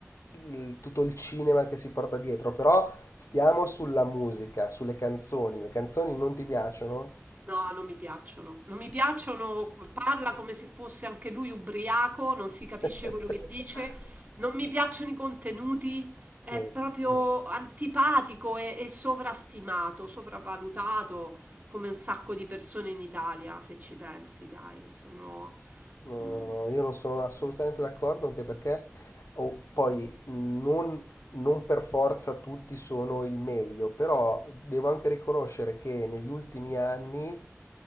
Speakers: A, on the left; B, on the right.
A: il- tutto il cinema che si porta dietro, però stiamo sulla musica, sulle canzoni. Le canzoni non ti piacciono?
B: No, non mi piacciono. Non mi piacciono, parla come se fosse anche lui ubriaco, non si capisce
A: <laughs>
B: quello che dice, non mi piacciono i contenuti, è
A: Niente.
B: proprio antipatico e, e sovrastimato, sopravvalutato come un sacco di persone in Italia, se ci pensi, dai, sono...
A: No,
B: mm,
A: no, io non sono assolutamente d'accordo, anche perché oh, poi non non per forza tutti sono il meglio, però devo anche riconoscere che negli ultimi anni